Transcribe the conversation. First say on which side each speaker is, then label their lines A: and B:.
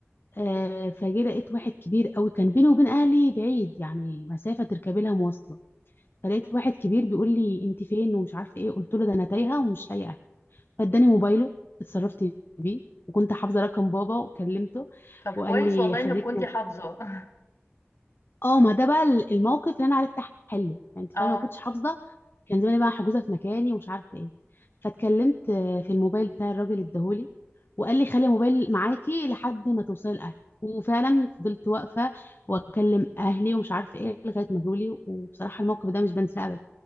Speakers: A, on the left; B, on the left.
A: آه، فجي لقيت واحد كبير قوي كان بيني وبين أهلي بعيد يعني مسافة تركبي لها مواصلة فلقيت واحد كبير بيقول لي أنت فين ومش عارفة إيه قلت له ده أنا تايهة ومش لاقية أهلي فاداني موبايله اتصرفت بيه وكنت حافظة رقم بابا وكلمته
B: طب كويس
A: وقال لي
B: والله
A: خليكي
B: إنِّك كنتِ حافظة. <laughs>
A: اه ما ده بقى ال- الموقف اللي انا عرفت احله يعني انت فاهمه
B: آه،
A: ما كنتش حافظه كان زماني بقى حجوزه في مكاني ومش عارفه ايه فاتكلمت آه، في الموبايل بتاع الراجل اداهولي وقال لي خلي الموبايل معاكي لحد ما توصلي الاهل وفعلا فضلت واقفه واكلم اهلي ومش عارفه ايه لغايه ما جولي وبصراحه الموقف ده مش بنساه ابدا